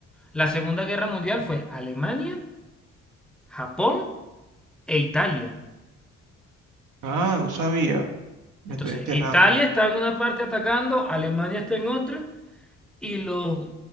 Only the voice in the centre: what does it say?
La Segunda Guerra Mundial fue Alemania, Japón e Italia.
Entonces,
Italia está en una parte atacando, Alemania está en otra, y los,